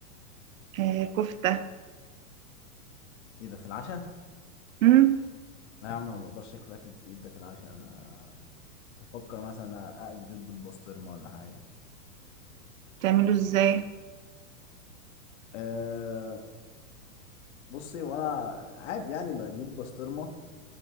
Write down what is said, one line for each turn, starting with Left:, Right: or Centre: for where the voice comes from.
Right: آه، كفتة
Left: ايه ده في العشاء
Right: مم،
Left: لا يا عم ما بقدرش اكل اكل التقيل ده في العشاء انا تفكر مثلا اقلي بيض بالبسطرمه ولا حاجه
Right: بتعمله ازاي؟
Left: أه بصي وانا عادي يعني بجيب بسطرمه